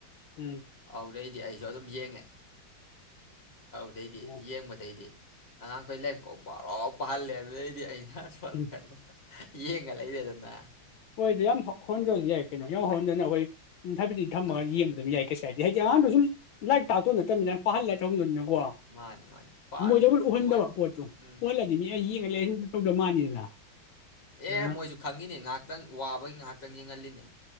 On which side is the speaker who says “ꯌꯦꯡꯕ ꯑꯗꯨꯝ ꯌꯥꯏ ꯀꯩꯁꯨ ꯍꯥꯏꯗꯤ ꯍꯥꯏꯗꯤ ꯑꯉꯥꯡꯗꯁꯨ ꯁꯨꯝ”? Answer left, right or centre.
Left